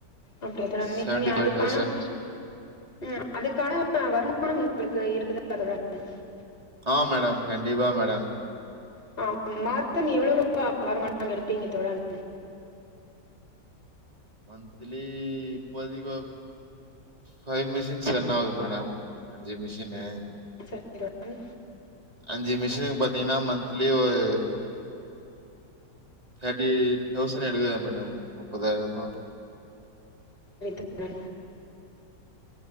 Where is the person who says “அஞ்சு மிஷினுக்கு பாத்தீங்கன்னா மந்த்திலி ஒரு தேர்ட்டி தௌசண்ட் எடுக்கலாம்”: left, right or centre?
Right